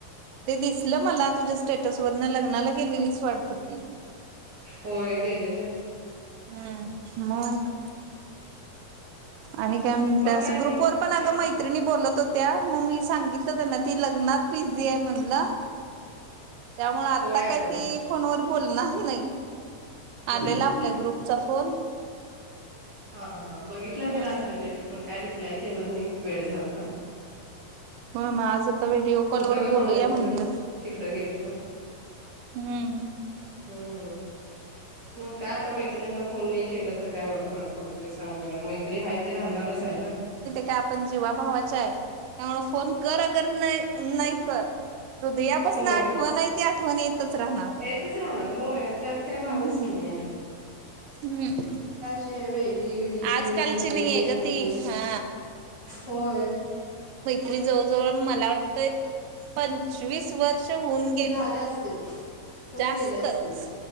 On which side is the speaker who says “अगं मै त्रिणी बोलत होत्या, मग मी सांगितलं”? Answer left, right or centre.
Right